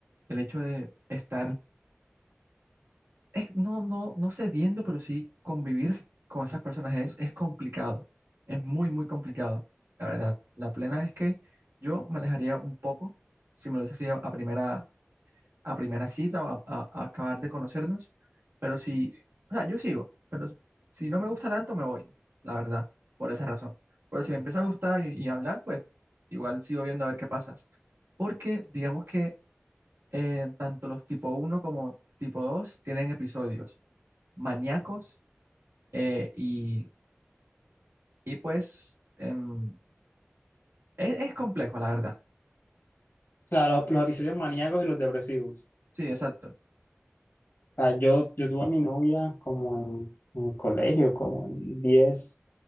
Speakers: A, on the right; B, on the left.
A: el hecho de estar es- no, no, no cediendo, pero sí convivir con esas personas es, es complicado. Es muy, muy complicado. La verdad, la plena es que yo me alejaría un poco, si me lo dices así a, a primera, a primera cita o a, a- a acabar de conocernos, pero si, o sea, yo sigo, pero si no me gusta tanto, me voy, la verdad, por esa razón. Pero si me empieza a gustar y, y hablar, pues igual sigo viendo a ver qué pasa. Porque digamos que eh, tanto los tipo uno como tipo 2 tienen episodios maníacos eh, y, y pues em, es, es complejo, la verdad.
B: O sea, los, los episodios maníacos y los depresivos.
A: Sí, exacto.
B: O sea, yo, yo tuve a mi novia como en, en el colegio, como en 10